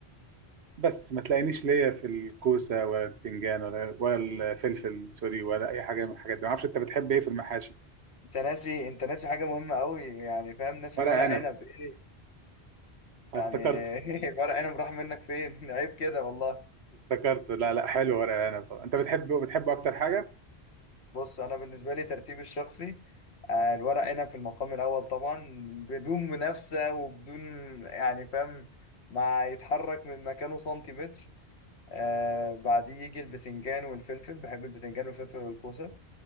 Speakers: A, on the right; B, on the left.
A: بس ما تلاقينيش ليا في الكوسه ولا البتنجان ولا ولا الفلفل سوري ولا اي حاجه من الحاجات دي ما اعرفش انت بتحب ايه في المحاشي
B: انت ناسي انت ناسي حاجه مهمه قوي يعني فاهم ناسي
A: ورق
B: الورق
A: عنب
B: عنب ايه
A: افتكرت
B: يعني <laughs> الورق عنب راح منك فين <laughs> عيب كده والله
A: افتكرته لا لا حلو ورق العنب طبعا انت بتحبه بتحبه اكتر حاجه
B: بص انا بالنسبه لي ترتيبي الشخصي آه، الورق عنب في المقام الاول طبعا بدون منافسه وبدون يعني فاهم ما يتحرك من مكانه سنتيمتر آه بعديه يجي البتنجان والفلفل بحب البتنجان والفلفل والكوسه